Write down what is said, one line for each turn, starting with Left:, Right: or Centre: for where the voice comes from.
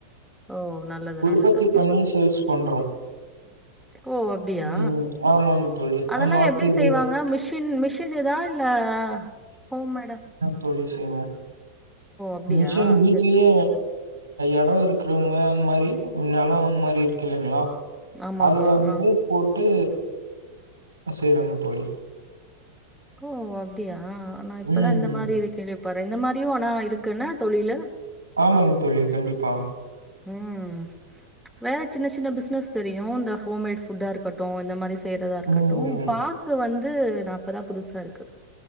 Centre: ஓ நல்லது
Right: உற்பத்தி
Centre: நல்லது
Right: பண்ணி
Centre: ம்
Right: சேல்ஸ் பண்றோ
Centre: ஓ அப்டியா
Right: ம் ஆமாங்க தோழி
Centre: அதெல்லா
Right: ஆ மாட்டிது
Centre: எப்டி செய்வாங்க மிஷின் மிஷின் இதா இல்ல ஹோம் மேடம்
Right: தொழில் செய்வோ
Centre: அப்டியா
Right: மிஷின் வீட்லியே
Centre: செரி
Right: எடோ இருக்குறவங்க அந்த மாரி நெலோ அந்த மாரி இருக்கு இல்லலிங்ளா
Centre: ஆமா
Right: அதுல
Centre: ஆமா
Right: வந்து
Centre: ஆ
Right: போட்டு செய்யறாங்க தோழி
Centre: ஓ அப்டியா நா இப்பதா
Right: ம்
Centre: இந்த
Right: ம்
Centre: மாரி இது கேள்விப்படுறே இந்த மாதிரியு ஆனா இருக்குண்ண தொழில
Right: ஆமாங் தோழி கண்டிப்பா
Centre: ம் வேற சின்ன சின்ன பிஸ்சனஸ் தெரியு இந்த ஹோம்மேட் ஃபுட்டா இருக்கட்டு இந்த மாரி செய்றதா இருக்கட்டு
Right: ம்
Centre: பாக்கு வந்து நா இப்பதா புதுசா இருக்கு